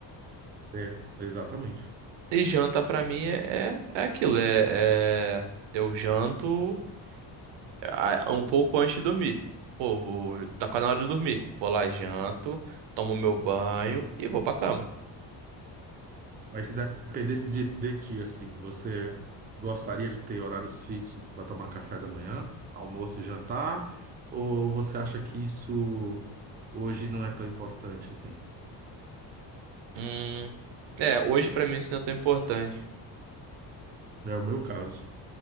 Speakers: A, on the right; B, on the right.
A: É, exatamente.
B: E janta pra mim é, é é aquilo, é, é- eu janto ah, um pouco antes de dormir. Pô, vou- tá quase na hora de dormir. Vou lá, janto, tomo meu banho e vou pra cama.
A: Mas se dependesse de, de ti, assim, você gostaria de ter horários fixos para tomar café da manhã, almoço e jantar? Ou você acha que isso hoje não é tão importante assim?
B: Hum, é, hoje pra mim isso não é tão importante.
A: É o meu caso.